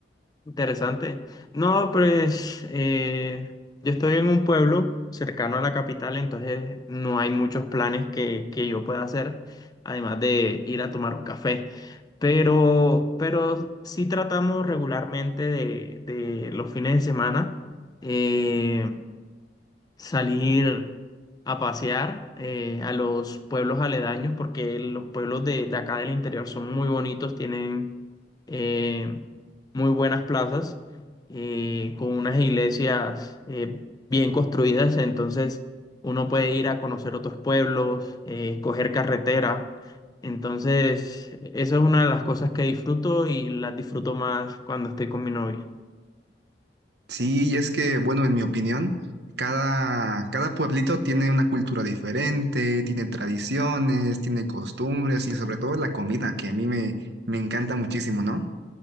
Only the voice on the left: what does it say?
Interesante. No, pues eh, yo estoy en un pueblo cercano a la capital, entonces no hay muchos planes que, que yo pueda hacer, además de ir a tomar un café. Pero, pero sí tratamos regularmente de, de los fines de semana. eh, salir a pasear eh, a los pueblos aledaños, porque los pueblos de, de acá del interior son muy bonitos, tienen eh, muy buenas plazas, eh, con unas iglesias eh, bien construidas, entonces uno puede ir a conocer otros pueblos, eh, coger carretera. Entonces, esa es una de las cosas que disfruto y las disfruto más cuando estoy con mi novia.